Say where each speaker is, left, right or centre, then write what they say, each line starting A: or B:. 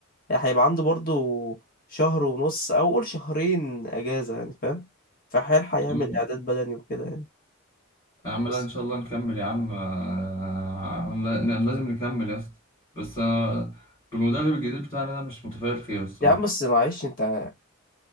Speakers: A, on the left; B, on the left.
A: يعني هيبقى عنده برضو شهر ونص او قول شهرين اجازه يعني فاهم فهيلحق يعمل
B: أمم.
A: اعداد بدني وكده يعني
B: يا عم
A: بس
B: لا ان شاء الله نكمل يا عم آه، لا- لازم نكمل يا اسطى بس انا بالمدرب الجديد بتاعنا ده مش متفائل خير الصراحه
A: يا عم بس معلش انت